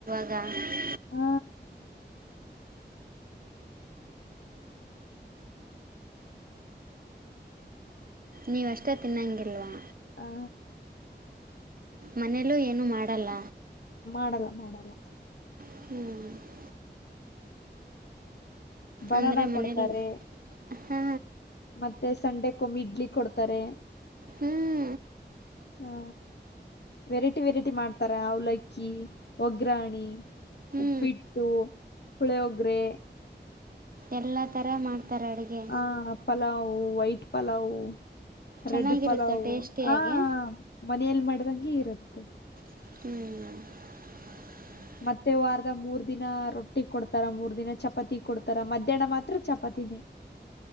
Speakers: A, on the right; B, on the left.
A: <unintelligible>
B: ಹ
A: ನೀವುಷ್ಟೇ ತಿನ್ನೊಂಗಲ್ವಾ
B: ಹಾ
A: ಮನೇಲೂ ಏನು ಮಾಡಲ್ಲ
B: ಮಾಡಲ್ಲ ಮಾಡಲ್ಲ
A: ಹ್ಮ್
B: ಬನಾನ
A: ಅಂದ್ರೆ ಮನೇೆಯಲ್ಲಿ
B: ಕೊಡ್ತಾರೆ
A: ಹಾ
B: ಮತ್ತೆ ಸಂಡೆ ಕಮ್ಮಿ ಇಡ್ಲಿ ಕೊಡ್ತಾರೆ
A: ಹ್ಮ್
B: ಹಾ ವೆರೈಟಿ ವೆರೈಟಿ ಮಾಡ್ತಾರ ಅವಲಕ್ಕಿ ಒಗ್ಗ್ರಾಣಿ
A: ಹ್ಞೂ
B: ಉಪ್ಪಿಟ್ಟು ಪುಳಿಯೋಗ್ರೆ.
A: ಎಲ್ಲ ತರ ಮಾಡ್ತಾರೆ ಅಡ್ಗೆ.
B: ಹ ಪಲಾವು ವೈಟ್ ಪಲಾವು
A: ಚೆನ್ನಾಗಿರುತ್ತೆ
B: ರೆಡ್ ಪಲಾವು
A: ಟೇಸ್ಟಿಯಾಗಿ
B: ಹ ಹ ಮನೆಯಲ್ಲಿ ಮಾಡ್ದಂಗೆ ಇರುತ್ತೆ.
A: ಹ್ಮ್
B: ಮತ್ತೆ ವಾರದ ಮೂರ್ ದಿನ ರೊಟ್ಟಿ ಕೊಡ್ತಾರ ಮೂರ್ ದಿನ ಚಪಾತಿ ಕೊಡ್ತಾರ ಮಧ್ಯಾಹ್ನ ಮಾತ್ರ ಚಪಾತಿನೇ.